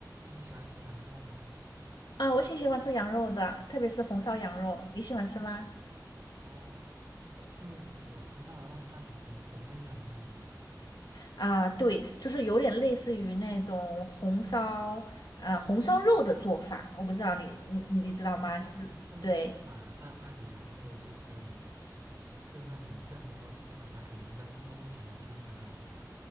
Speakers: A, on the right; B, on the left.
A: 你喜欢吃羊肉吗？
B: 啊，我挺喜欢吃羊肉的，特别是红烧羊肉，你喜欢吃吗？
A: 哦，红烧羊肉啊，红烧羊肉是那种红红焖羊肉吗？
B: 啊，对，就是有点类似于那种红烧，呃，红烧肉的做法，我不知道你你你知道吗？
A: 哦，
B: 就是对
A: 是不是就是把大块的羊肉，就是用那种酱料，就是把它给焖焖起来炖的那种？